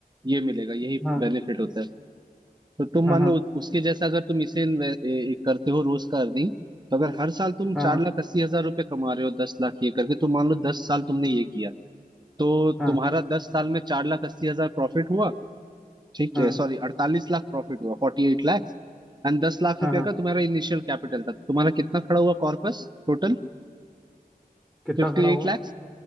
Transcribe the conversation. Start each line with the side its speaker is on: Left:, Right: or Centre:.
Right: ये मिलेगा यही
Centre: हाँ
Right: बेनिफिट होता है तो तुम
Centre: हाँ
Right: मान
Centre: हाँ
Right: लो उ- उसके जैसा अगर तुम इसे इन्वे- ए- ए- करते हो रोज का अर्निंग तो अगर हर साल तुम
Centre: हाँ
Right: चार
Centre: हाँ
Right: लाख अस्सी हजार रुपए कमा रहे हो दस लाख ये करके तो मान लो दस साल तुमने ये किया तो
Centre: हाँ।
Right: तुम्हारा दस साल में चार लाख अस्सी हजार प्रॉफिट हुआ ठीक
Centre: हाँ
Right: है सॉरी अड़तालीस लाख प्रॉफिट हुआ फोर्टी एट लाख एंड दस लाख
Centre: हाँ
Right: रुपए
Centre: हाँ
Right: का तुम्हारा इनिशियल कैपिटल था तुम्हारा कितना खड़ा हुआ corpus total
Centre: कितना
Right: Fifty
Centre: खड़ा हुआ
Right: eight lakh